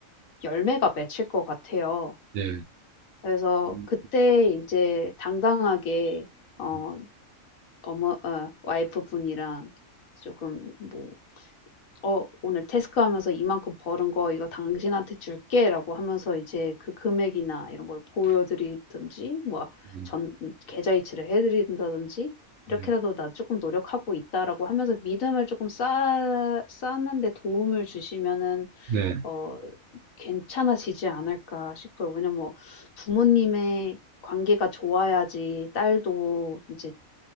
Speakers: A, on the left; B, on the right.
A: 열매가 맺힐 것 같아요.
B: 네,
A: 그래서
B: 음,
A: 그때 이제 당당하게 어
B: 음,
A: 어머 어 와이프분이랑 조금 뭐 "어 오늘 테스크하면서 이만큼 벌은 거 이거 당신한테 줄게."라고 하면서 이제 그 금액이나 이런 걸 보여드리든지 뭐
B: 음,
A: 전 계좌이체를 해 드린다든지 "이렇게라도
B: 음,
A: 나 조금 노력하고 있다."라고 하면서 믿음을 조금 쌓 쌓는 데 도움을 주시면은
B: 네,
A: 어 괜찮아지지 않을까 싶어요. 왜냐면 뭐 부모님의 관계가 좋아야지 딸도 이제